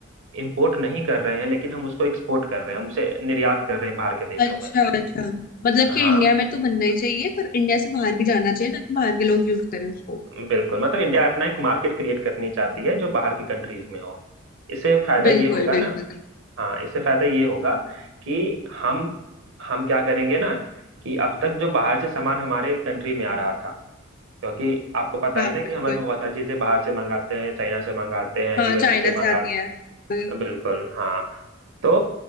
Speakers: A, on the right; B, on the left.
A: इम्पोर्ट नहीं कर रहे हैं लेकिन हम उसको एक्सपोर्ट कर रहे हैं हम उसे निर्यात कर रहे हैं बाहर के देशों
B: हाँ अच्छा
A: में
B: अच्छा मतलब कि
A: हाँ
B: इंडिया में तो बनना ही चाहिए पर इंडिया से बाहर भी जाना चाहिए ताकि बाहर के लोग यूज करें उसको
A: बिल्कुल मतलब इंडिया अपना एक मार्केट क्रिएट करनी चाहती है जो बाहर की कंट्रीज में हो इससे फायदा
B: बिल्कुल
A: ये होगा
B: बिल्कुल
A: ना हाँ इससे फायदा ये होगा कि हम हम क्या करेंगे ना कि अब तक जो बाहर से सामान हमारे कंट्री में आ रहा था क्योंकि आपको पता
B: हाँ
A: ही ना कि
B: बिल्कुल
A: हमें भी बहुत सारी चीजें बाहर से मंगाते हैं चाइना से मंगाते हैं
B: हाँ
A: यूएसए
B: चाइना
A: से मंगा
B: से आती है बिल्कुल
A: बिल्कुल हाँ तो